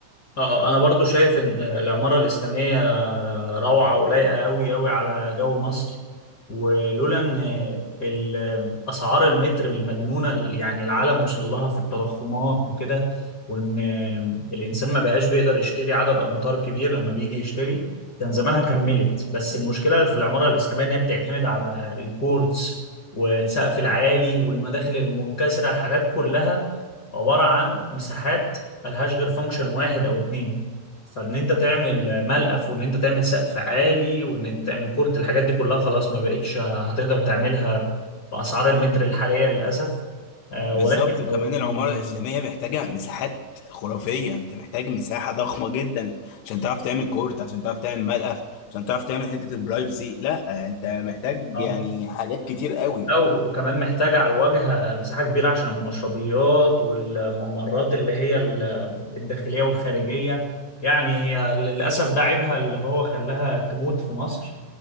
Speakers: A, on the left; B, on the left.
A: اه آه، انا برضو شايف ان آه، العمارة الإسلامية آه، روعة ولايقة قوي قوي على جو مصر ولولا ان آه، ال- آه، اسعار المتر المجنونة اللي يعني العالم وصل لها في التضخمات وكده وان آه، الانسان ما بقاش بيقدر يشتري عدد امتار كبير لما بيجي يشتري كان زمانها كملت بس المشكلة في العمارة الإسلامية ان هي بتعتمد على الكورتس والسقف العالي والمداخل المنكسرة حاجات كلها عبارة عن مساحات ملهاش غير فانكشن واحد او اتنين فان انت تعمل ملقف وان انت تعمل سقف عالي وان انت تعمل كورت الحاجات دي كلها خلاص ما بقتش هتقدر تعملها باسعار المتر الحاليه للاسف آه،
B: بالظبط
A: ولكن
B: وكمان
A: لو كنا-
B: العمارة الإسلامية محتاجة مساحات خرافية أنت محتاج مساحة ضخمة جدا عشان تعرف تعمل كورت عشان تعرف تعمل ملقف عشان تعرف تعمل حتة البرايفسي لا أنت محتاج
A: اه
B: يعني حاجات كتير قوي
A: لا و- وكمان محتاج على الواجهة مساحة كبيرة عشان المشربيات والممرات اللي هي ال- الداخلية والخارجية يعني هي للأسف ده عيبها اللي هو خلاها تموت في مصر